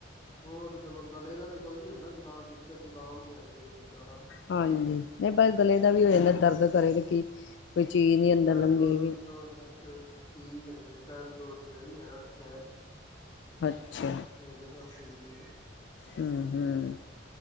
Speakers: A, on the left; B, on the left.
A: ਹੋਰ ਤੇ ਚਲੋ ਗਲੇ ਦਾ ਤੇ ਕੋਈ ਨੀ ਹੁੰਦਾ ਜੁਕਾਮ ਦਿੱਕਤ ਜ਼ੁਕਾਮ ਹਾਂਜੀ ਚਲੋ,
B: ਹਾਂਜੀ, ਨਹੀਂ ਪਰ ਗਲੇ ਦਾ ਵੀ ਹੋ ਜਾਂਦਾ ਦਰਦ ਕਰੇ ਕੀ, ਕੋਈ ਚੀਜ਼ ਨਹੀਂ ਅੰਦਰ
A: ਦਰਦ-ਦੁਰਦ
B: ਲੰਘੇਗੀ
A: ਨਹੀਂ ਹੁਦਾ ਫਿਰ ਠੀਕ ਆ ਜੀ, ਦਰਦ ਦੋੜ ਤੇ ਆ ਫੇਰ,
B: ਅੱਛਾ,
A: ਇਹ ਤੇ ਠੀਕ ਆ।
B: ਹੂੰ-ਹੂੰ,